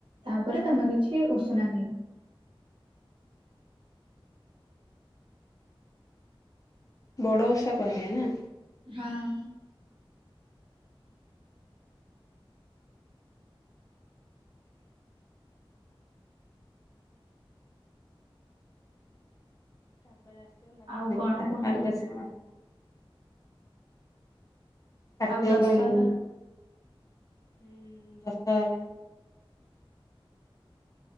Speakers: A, on the right (about 55°); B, on the left (about 35°).
A: ତାପରେ ତମେ କିଛି ଉଷୁନା ଖାଇବ।
B: ବଡ଼ ଓଷା କୁହାଯାଏ ନା।
A: ହଁ।
B: ତା ପରେ ଆସିଗଲା
A: ଆଉ କଣ କୁହନ୍ତୁ
B: <unintelligible> କାର୍ତ୍ତୀକ
A: ଆଉ ଦଶହରା
B: ପୁନେଇ, ହୁଁ ଦଶହରା